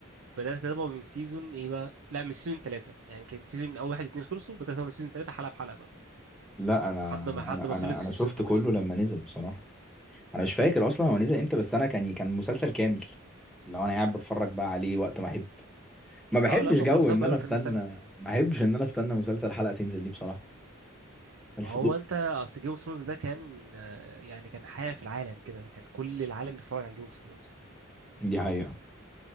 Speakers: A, on the right (about 70°); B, in the centre.
A: بدات اتابعه من سيزون ايه بقى لا من سيزون 3 يعني كان سيزون اول واحد اتنين خلصوا بدات اتابعه من سيزون 3 حلقه بحلقه بقى
B: لا انا
A: لحد ما لحد
B: انا
A: ما خلص
B: انا انا
A: في سيزون
B: شفت
A: 8
B: كله لما نزل بصراحه انا مش فاكر اصلا هو نزل امتى بس انا كان كان مسلسل كامل لو انا قاعد بتفرج بقى عليه وقت ما احب ما بحبش
A: اه لا ما هو
B: جو
A: خلصان
B: ان
A: بقاله
B: انا استنى
A: كذا سنه
B: ما بحبش ان انا استنى مسلسل حلقة تنزل دي بصراحة الفضول
A: ما هو انت اصل جيم اوف ثرونز ده كان آه، يعني كان حاجه في العالم كده كان كل العالم بيتفرج على جيم اوف ثرونز
B: دي حقيقة